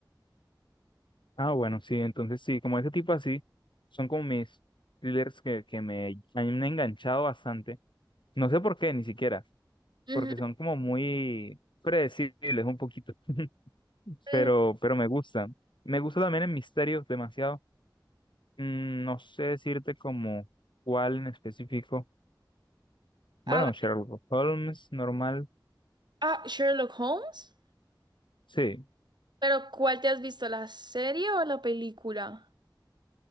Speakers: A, on the left (about 75°); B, on the right (about 65°).
A: Ah, bueno, sí, entonces sí, como ese tipo así, son como mis thrillers que, que me han enganchado bastante. No sé por qué, ni siquiera,
B: Ujú.
A: porque son como muy predecibles un poquito, <laughs> pero,
B: Mm,
A: pero me gustan. Me gusta también el misterio demasiado. Mm, No sé decirte como cuál en específico. Bueno,
B: Ah,
A: Sherlock Holmes normal.
B: ah, Sherlock Holmes.
A: Sí,
B: Pero ¿cuál te has visto? ¿La serie o la película?